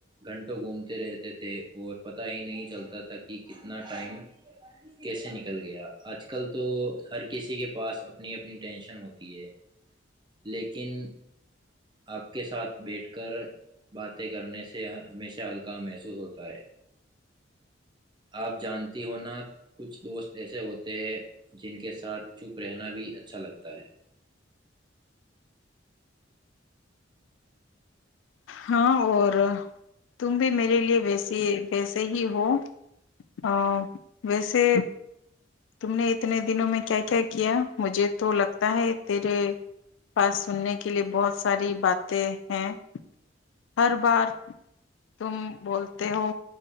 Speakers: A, on the right; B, on the left.
A: گھنٹوں گھومتے رہتے تھے اور پت ہی نہیں چلتا تھا کہ کتنا ٹائم کیسے نکل گیا آج کل تو ہر کسی کے پاس اپنی اپنی ٹینشن ہوتی ہے لیکن آپ کے ساتھ بیٹھ کر باتیں کرنے سے ہمیشہ ہلکا محسوس ہوتا ہے آپ جانتی ہو نا کچھ دوست ایسے ہوتے ہیں جن کے ساتھ چپ رہنا بھی اچھا لگتا ہے
B: ہاں اور تم بھی میرے لیے وس یہ ویسے ہی ہو ہ بسے تم نے اتنے دنوں میں کیا کیا کیا مجھے تو لگتا ہے تیرے پاس سننے کے لیے بہت ساری باتیں ہیں ہر بار تم بولتے ہو